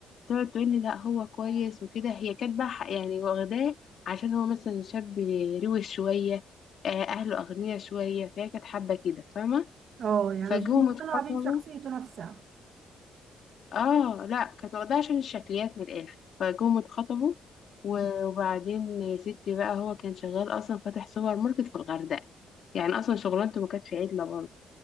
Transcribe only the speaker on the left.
تقعد تقول لي لا هو كويس وكده هي كانت بقى ح- يعني واخداه عشان هو مثلا شاب روش شويه آه، اهله اغنياء شويه فهي كانت حابه كده فاهمه
فجم
اتخطبوا
اه لا كانت واخداها عشان الشكليات من الاخر فجم اتخطبوا و- وبعدين يا ستي بقى هو كان شغال اصلا فاتح سوبر ماركت في الغردقه يعني اصلا شغلانته ما كانتش عدله برضه